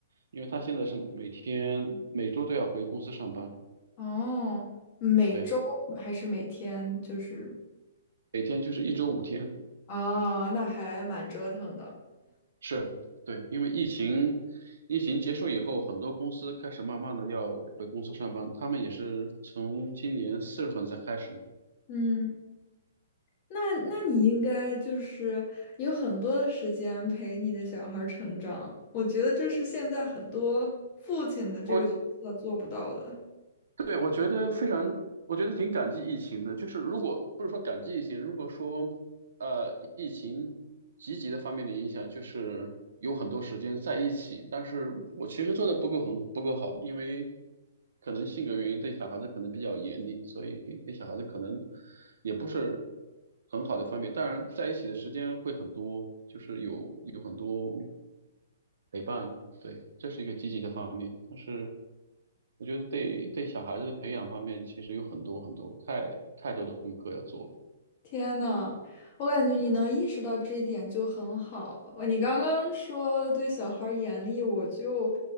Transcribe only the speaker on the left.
哦，每周还是每天？
就是。
哦，那还蛮折腾的。
嗯，那那你应该就是有很多的时间陪你的小孩儿成长，我觉得这是现在很多父亲的这个角色做不到的。
天呐，我感觉你能意识到这一点就很好。呃你刚刚说对小孩儿严厉，我就